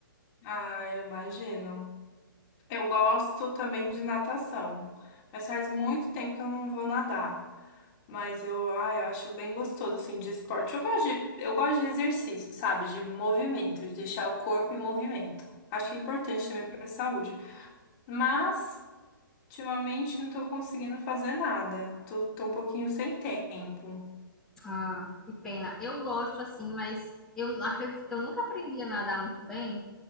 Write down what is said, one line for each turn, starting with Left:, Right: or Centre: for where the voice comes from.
Left: Ah, eu imagino. Eu gosto também de natação, mas faz muito tempo que eu não vou nadar. Mas eu, ah, eu acho bem gostoso assim de esporte. Eu gosto de, eu gosto de exercício, sabe? De movimento, de deixar o corpo em movimento. Acho que é importante também para a saúde. Mas ultimamente não tô conseguindo fazer nada. Tô, tô um pouquinho sem tempo.
Centre: Ah, que pena. Eu gosto assim, mas eu acredito que eu nunca aprendi a nadar muito bem.